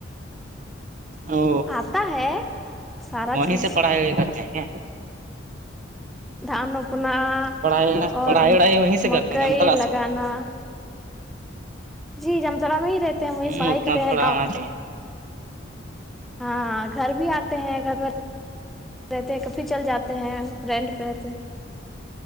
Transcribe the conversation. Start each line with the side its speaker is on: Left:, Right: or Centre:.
Right: او
Centre: آتا ہے سارا
Right: وہیں
Centre: چیز
Right: سے پڑھائی ہو کرتے ہیں کیا
Centre: دھان روپنا
Right: پڑھائی
Centre: اور
Right: پڑھائی وڑھائی وہیں سے کرتے
Centre: مکئی
Right: ہیں انترا
Centre: لگانا
Right: سے
Centre: جی جمترا میں ہی رہتے ہیں وہ
Right: ہ
Centre: یہ پڑائی
Right: اتنا
Centre: کرتے
Right: تھوڑا
Centre: ہیں گاں
Right: آنا چاہیے
Centre: ہاں گھر بھی آتے ہیں گھر میں رہتے ہیں کبھی چل جاتے ہیں رینڈ پہ رہتے